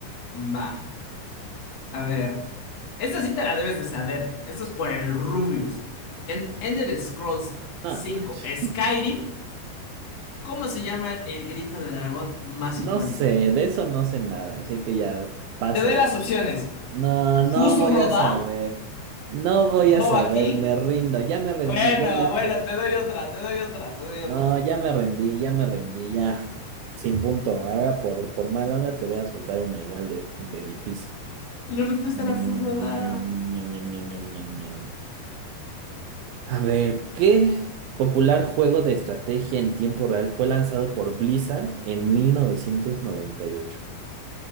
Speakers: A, on the left; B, on the right.
A: va. A ver. Esta sí te la debes de saber. Esto es por el Rubius. En Ender Scrolls cinco.
B: No manches.
A: Skyrim, ¿cómo se llama el grito de dragón más
B: No
A: icónico?
B: sé, de eso no sé nada, así que ya pásala.
A: Te doy las opciones.
B: No,
A: Fusroda,
B: no voy a saber. No voy
A: Dovahkiin.
B: a saber, me rindo, ya me rendí,
A: Bueno,
B: ya dije.
A: bueno, te doy otra, te doy otra, te doy
B: No,
A: otra.
B: ya me rendí, ya me rendí, ya. Sin punto. Ahora por, por mala onda te voy a soltar una igual de, de difícil.
A: La respuesta
B: Mm,
A: era Fusroda.
B: ñam, ñam, ñam, ñam, ñam, ñam. A ver, ¿qué popular juego de estrategia en tiempo real fue lanzado por Blizzard en mil novecientos noventa y ocho